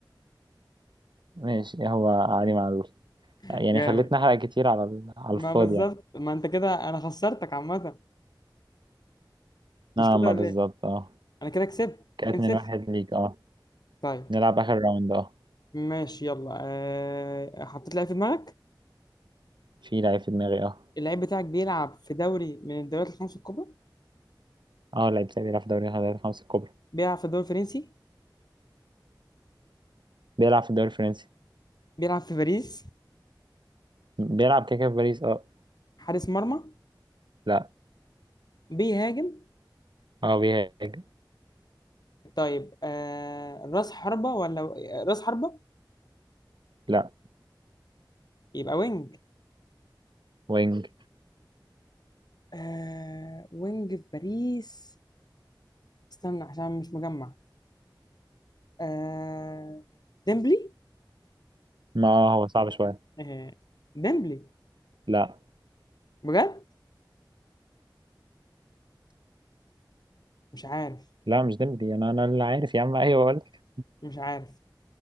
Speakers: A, on the right; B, on the left.
A: ماشي هو علي معلول
B: <laughs>
A: يعني
B: جامد
A: خليتني احرق كتير على ال- على الفاضي
B: ما بالظبط
A: يعني
B: ما انت كده انا خسرتك عامة
A: نعم
B: مش كده
A: ما
B: ولا
A: بالظبط
B: ايه
A: اه
B: انا كده كسبت
A: كده
B: 2-0
A: اتنين واحد ليك اه
B: طيب
A: نلعب اخر راوند اه
B: ماشي يلا أه... حطيت لعيب في دماغك
A: في لعيب في دماغي اه
B: اللعيب بتاعك بيلعب في دوري من الدوريات الخمس الكبرى
A: اه لعيب ساعي بيلعب في دوري الخمسة الخمسة الكبرى
B: بيلعب في الدوري الفرنسي
A: بيلعب في الدوري الفرنسي
B: بيلعب في باريس
A: بيلعب كده كده في باريس اه
B: حارس مرمى
A: لا
B: بيهاجم
A: اه بيهاجم
B: طيب آه راس حربة ولا راس حربة
A: لا
B: يبقى وينج
A: وينج
B: آه وينج في باريس استنى عشان مش مجمع آه ديمبلي
A: ما آه هو صعب شوية
B: آه ديمبلي
A: لا
B: بجد مش عارف
A: لا مش ديمبلي انا انا اللي عارف يا عم ايوه بقول لك.
B: مش عارف